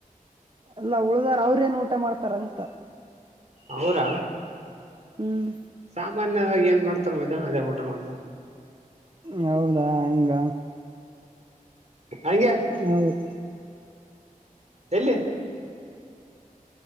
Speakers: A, on the right (about 35°); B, on the right (about 55°).
A: ಎಲ್ಲ ಉಳ್ದಾರ ಅವ್ರೇಏನ್ ಊಟ ಮಾಡ್ತಾರಂತ
B: ಅವರ
A: ಹ್ಮ್
B: ಸಾಮಾನ್ಯವಾಗಿ ಏನ್ ಮಾಡ್ತ ಮದ್ಯಾಹ್ನ ಊಟರ ಅದೇ ಮಾಡ್ತಾರೆ
A: ಹೌದಾ? ಹಂಗ?
B: ಹಂಗೆ
A: ಹೌದು
B: ಎಲ್ಲಿ